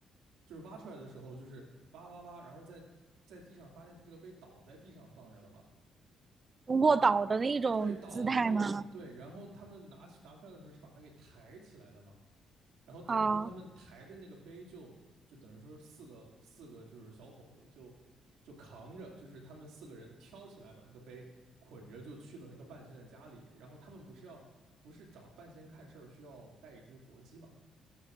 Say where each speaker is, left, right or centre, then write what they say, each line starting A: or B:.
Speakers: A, on the right (about 85°); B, on the right (about 35°).
A: 就是挖出来的时候就是挖挖挖，然后在在地上发现它这个碑倒在地上放着了嘛，
B: 卧倒的那种姿态吗？
A: 是对倒的那种，对，然后他们拿拿出来的时候是把它给抬起来的嘛，然后等于说他们抬着那个杯就就等于说四个四个就是小伙子就就扛着，
B: 啊，
A: 就是他们四个人挑起来把那个杯捆着就去了那个半仙的家里，然后他们不是要不是找半仙看事儿需要带一只活鸡嘛，